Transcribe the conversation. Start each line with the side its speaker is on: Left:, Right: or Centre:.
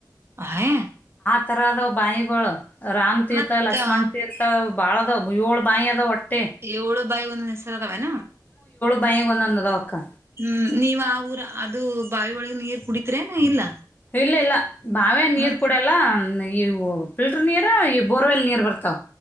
Right: ಅಹೇ
Left: ತರದ ಬಂವಿಗೋಳ ರಾಮ್ ತೀರ್ಥ
Right: ಮತ್ತ
Left: ಲಕ್ಷ್ಮಣ್ ತೀರ್ಥ ಬಾಳದ ಯೊಳ ಬ್ಯಾಂವಿ ಅದಾವ್ ಒಟ್ಟ
Right: ಏಳು ಬಾಯಿ ಒಂದೊಂದ್ ಹೆಸರ ಆದಾವೇನ
Left: ಮನಿಗಿ ಒಂದೊಂದ ಅದಾವ ಅಕ್ಕಾ.
Right: ಹ್ಮ್ ನೀವ್ ಆ ಊರ ಅದು ಬಾವಿ ಒಳಗಿನ ನೀರ್ ಕುಡಿತಿರ ಏನ್ ಇಲ್ಲ
Left: ಇಲ್ಲ ಇಲ್ಲ ಬಾಂವ್ಯಾನ್ ನೀರ್
Right: ಹ್ಮ
Left: ಕುಡಿಯಲ್ಲ ಇವು ಫಿಲ್ಟ್ರರ್ ನೀರ ಇ ಬೋರ್ವೆಲ್ ನೀರ್ ಬರ್ತಾವ